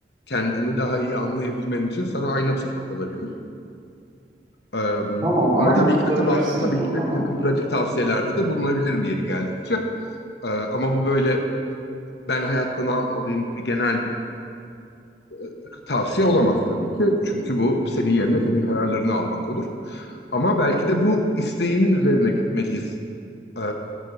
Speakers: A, on the left; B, on the right.
A: kendini daha iyi anlayabilmen için sana ayna tutmak olabilir. Ee,
B: Tamam,
A: ama
B: ayna
A: tabii
B: tutabilirsiniz
A: ki de tabii, tabii
B: o
A: ki de
B: zaman.
A: bir takım pratik tavsiyelerde de bulunabilirim yeri geldikçe. Ee, ama bu böyle ben hayatta ne yapmalıyım gibi genel bir e, tavsiye olamaz tabii ki. Çünkü bu senin yerine senin kararlarını almak olur. Ama belki de bu isteğinin üzerine gitmeliyiz. Ee,